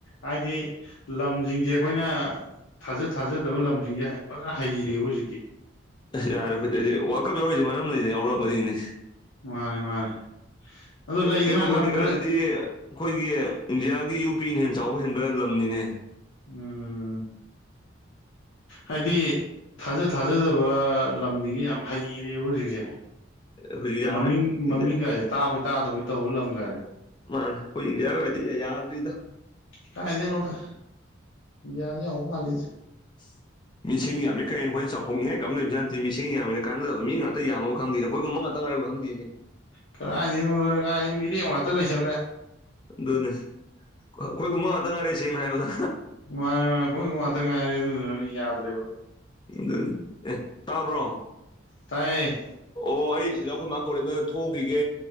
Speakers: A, on the left; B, on the left.
A: ꯍꯥꯏꯗꯤ ꯂꯝꯁꯤꯡꯁꯦ ꯑꯩꯈꯣꯏꯅ ꯊꯥꯖ ꯊꯥꯖꯗꯕ ꯂꯝꯁꯤꯡꯁꯦ ꯐꯖꯅ ꯍꯩꯔꯦꯕ ꯍꯧꯖꯤꯛꯇꯤ
B: ꯑꯁ ꯌꯥꯔꯦ ꯍꯧꯖꯤꯛ ꯍꯧꯖꯤꯛ ꯋꯥꯔꯜ ꯀꯞ ꯌꯥꯎꯔꯤꯁꯦ ꯃꯔꯝ ꯂꯩꯅ ꯌꯥꯎꯔꯛꯑꯕꯅꯤꯅꯦ
A: ꯃꯥꯅꯦ ꯃꯥꯅꯦ ꯑꯗꯣ ꯂꯩꯗꯅ
B: ꯀꯦꯕꯣꯕꯗꯤꯒꯥꯏꯗꯨꯗꯤ
A: ꯂꯝ ꯈꯔ
B: ꯑꯩꯈꯣꯏꯒꯤ ꯏꯟꯗꯤꯌꯥꯒꯤ ꯌꯨ ꯄꯤꯅ ꯍꯦꯟ ꯆꯥꯎꯕ ꯍꯦꯟꯕ ꯂꯝꯅꯤꯅꯦ
A: ꯎꯝ
B: <inaudible>
A: ꯍꯥꯏꯗꯤ ꯊꯥꯖ ꯊꯥꯖꯗꯕ ꯂꯝꯁꯤꯁ ꯌꯥꯝ ꯍꯩꯔꯦꯕ ꯍꯧꯖꯤꯛꯁꯦ
B: ꯍꯧꯖꯤꯛ ꯌꯥꯔꯦ
A: ꯃꯃꯤꯡ ꯃꯃꯤꯡ
B: ꯏꯟꯗꯤꯌꯥ
A: ꯀꯥꯏꯁꯦ ꯇꯥꯕꯩ ꯇꯥꯗꯕꯩ ꯇꯧꯕ ꯂꯝ ꯀꯥꯏꯔꯦ
B: ꯃꯥꯅꯦ ꯀꯣꯏ ꯏꯗꯤꯌꯥ ꯑꯣꯏꯗꯤ ꯌꯥꯗꯔꯤꯗ
A: ꯀꯥꯏꯗꯅꯣꯗ ꯌꯥꯗꯤ ꯑ ꯍꯁꯤ
B: <inaudible> ꯃꯤꯁꯤꯡ ꯌꯥꯝꯃꯤ ꯀꯩꯩꯅ ꯑꯩꯈꯣꯏꯅ ꯆꯥꯎꯊꯣꯛꯅꯤꯡꯉ ꯀꯝꯅ ꯂꯩꯕꯦ ꯍꯥꯟꯇꯤ ꯃꯤꯁꯤꯡ ꯌꯥꯝꯃꯤꯅ ꯀꯥꯟꯅꯗꯕ ꯃꯤ ꯉꯥꯛꯇ ꯌꯥꯝꯅꯕꯕ ꯈꯪꯗꯦꯗ ꯑꯩꯈꯣꯏꯒꯨꯝꯕ ꯉꯥꯛꯇ ꯀꯕꯨ ꯈꯪꯗꯦꯅꯦ
A: ꯀꯗꯥꯥꯏꯗꯅꯣꯗ ꯀꯥꯏ ꯃꯤꯔꯦꯡ ꯉꯥꯛꯇ ꯂꯩꯁꯜꯂꯦ
B: ꯑꯗꯨꯅꯦ ꯑꯩꯈꯣꯏꯒꯨꯝꯕ ꯉꯥꯛꯇ ꯉꯥꯏꯔꯦ ꯁꯦꯡꯅ ꯍꯥꯏꯔꯕꯗ
A: ꯃꯥꯅꯦ ꯃꯥꯅꯦ ꯑꯩꯈꯣꯏ ꯉꯥꯛꯇ ꯉꯥꯏꯔꯦ ꯑꯗꯨꯗꯨꯅꯅꯤ ꯌꯥꯗ꯭ꯔꯦꯕ
B: ꯑꯗꯨꯅꯤ ꯑꯦ ꯇꯥꯕ꯭ꯔꯣ
A: ꯇꯥꯏꯌꯦ
B: ꯑꯣ ꯑꯩ ꯁꯤꯗ ꯑꯩꯈꯣꯏ ꯃꯥ ꯀꯧꯔꯤꯝꯅ ꯊꯣꯛꯈꯤꯒꯦ